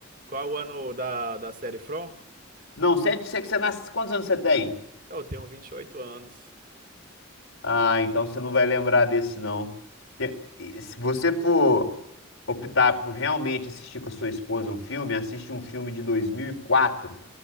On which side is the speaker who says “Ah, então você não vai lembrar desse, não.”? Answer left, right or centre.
Left